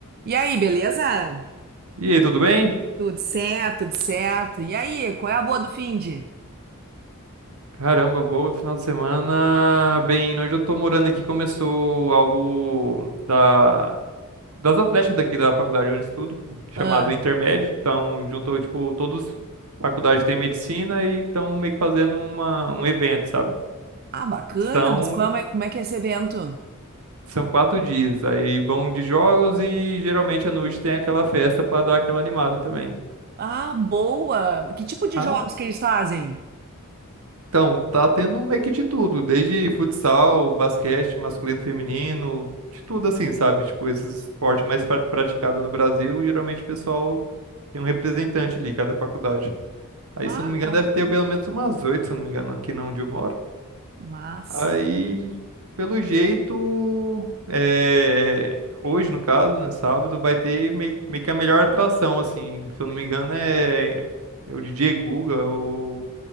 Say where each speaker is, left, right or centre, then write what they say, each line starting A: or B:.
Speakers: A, on the right (about 45°); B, on the right (about 70°).
A: E aí, beleza?
B: E aí, tudo bem?
A: Tudo certo, tudo certo. E aí, qual é a boa do finde?
B: Caramba, bom final de semana. Bem, né, onde eu tô morando aqui começou algo da, das atléticas daqui da faculdade onde eu estudo,
A: Ah,
B: chamado Intermed. Então, juntou, tipo, todos faculdades têm medicina e estão meio que fazendo uma, um evento, sabe?
A: ah, bacana,
B: São,
A: mas qual é, como é que é esse evento?
B: são quatro dias. Aí vão de jogos e geralmente à noite tem aquela festa pra dar aquela animada também.
A: Ah, boa! Que tipo de
B: Ah,
A: jogos que eles fazem?
B: Então, tá tendo meio que de tudo, desde futsal, basquete, masculino, feminino, de tudo assim, sabe? Tipo, esses esportes mais pra- praticados no Brasil, geralmente o pessoal tem um representante ali, cada faculdade. Aí,
A: Ah,
B: se eu não me engano,
A: top.
B: deve ter pelo menos umas oito, se eu não me engano, aqui na onde eu moro.
A: Massa.
B: Aí, pelo jeito, é, hoje, no caso, né, sábado, vai ter meio, meio que a melhor atração, assim, se eu não me engano, é, é o DJ Guga ou